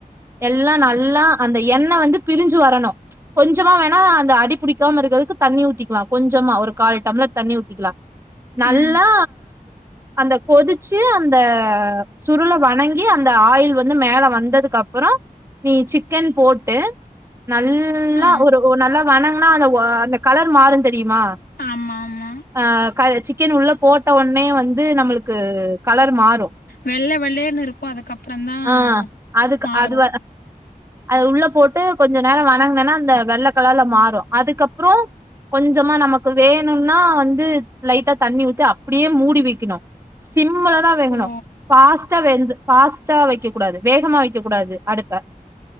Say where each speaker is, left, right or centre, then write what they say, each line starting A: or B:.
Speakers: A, on the right (about 20°); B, on the left (about 85°).
A: எல்லா நல்லா அந்த எண்ணெ வந்து பிரிஞ்சு வரணு கொஞ்சமா வேணா அந்த அடி புடிக்காம இருக்கறதுக்கு தண்ணி ஊத்திக்கலா கொஞ்சமா ஒரு கால் டம்ளர் தண்ணி ஊத்திக்கலா நல்லா
B: ம்
A: அந்த கொதிச்சு அந்த சுருள வணங்கி அந்த ஆயில் வந்து மேல வந்ததுக்கு அப்புற நீ சிக்கன் போட்டு நல்லா
B: ஆ
A: ஒரு நல்லா வணங்கன்னா அந்த ஒ அந்த கலர் மாறு தெரியுமா
B: ஆமா ஆமா
A: ஆ கல சிக்கன் உள்ள போட்ட ஒட்னே வந்து நம்பளுக்கு கலர் மாற்
B: வெள்ள வெள்ளேர்னு இருக்கும் அதுக்கப்புறந்தா
A: ஆ அதுக்கு
B: மாறு
A: அது அது உள்ள போட்டு கொஞ்ச நேரம் வணங்குனென்னா அந்த வெள்ளக் கலர்ல மாறும் அதுக்கப்புறம் கொஞ்சமா நமக்கு வேணும்னா வந்து லைட்டா தண்ணிவிட்டு அப்டியே மூடி வெக் கினு சிம்லதா வேகனு
B: ஓ
A: பாஸ் ட்டா வெந்து ஃபாஸ்ட்டா வெக்கக் கூடாது வேகமா வெக்கக் கூடாது அடுப்ப